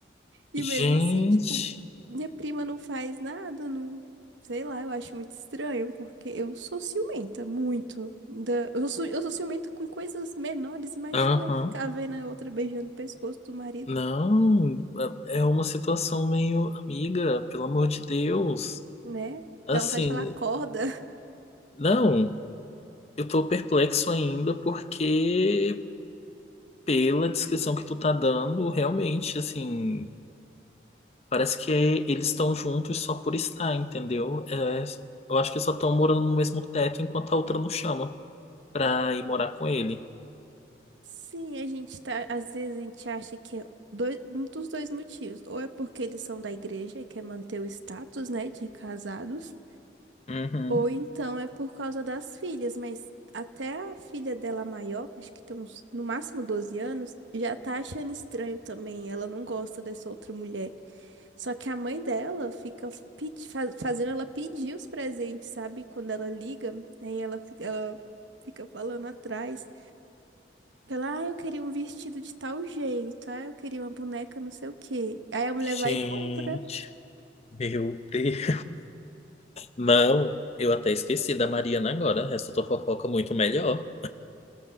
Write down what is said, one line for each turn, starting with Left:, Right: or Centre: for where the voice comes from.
Right: E
Left: Gente,
Right: mesmo assim, tipo, minha prima não faz nada, não. Sei lá, eu acho muito estranho, porque eu sou ciumenta, muito. Da- Eu sou, eu sou ciumenta com coisas menores, imagina
Left: aham.
Right: ficar vendo a outra beijando o pescoço do marido,
Left: Não, é uma situação meio amiga, pelo amor de Deus.
Right: né?
Left: Assim,
Right: Dá vontade de falar, acorda.
Left: não, eu tô perplexo ainda porque Pela descrição que tu tá dando, realmente, assim, parece que eles estão juntos só por estar, entendeu? É, eu acho que só estão morando no mesmo teto enquanto a outra não chama pra ir morar com ele.
Right: Sim, a gente tá, às vezes a gente acha que é dois, um dos dois motivos, ou é porque eles são da igreja e quer manter o status, né, de casados,
Left: Uhum.
Right: ou então é por causa das filhas, mas até a filha dela maior, acho que tem uns, no máximo 12 anos, já tá achando estranho também, ela não gosta dessa outra mulher. Só que a mãe dela fica pedi, fa- fazendo ela pedir os presentes, sabe? Quando ela liga, aí ela fica, ela fica falando atrás. Pela, ah, eu queria um vestido de tal jeito, ah, eu queria uma boneca não sei o quê. Aí a mulher
Left: Gente,
Right: vai e compra.
Left: meu Deus. Não, eu até esqueci da Mariana agora. Essa tua fofoca é muito melhor.